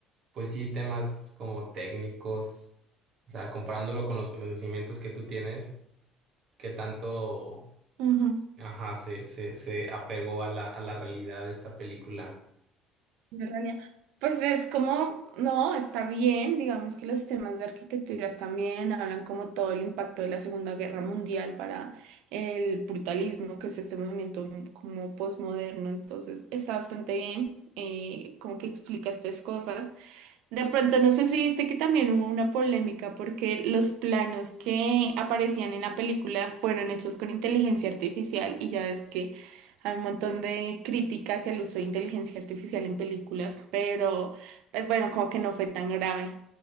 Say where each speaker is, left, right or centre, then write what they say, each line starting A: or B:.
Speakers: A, on the right; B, on the right.
A: pues sí, temas como técnicos? O sea, comparándolo con los conocimientos que tú tienes, ¿qué tanto,
B: Ujú,
A: ajá, se, se, se apegó a la, a la realidad de esta película?
B: en realidad. Pues es como, no, está bien, digamos que los temas de arquitectura están bien, hablan como todo el impacto de la Segunda Guerra Mundial para el brutalismo, que es este movimiento como posmoderno, entonces está bastante bien, eh, como que explica estas cosas. De pronto, no sé si viste que también hubo una polémica porque los planos que aparecían en la película fueron hechos con inteligencia artificial y ya ves que hay un montón de críticas hacia el uso de inteligencia artificial en películas, pero pues bueno, como que no fue tan grave,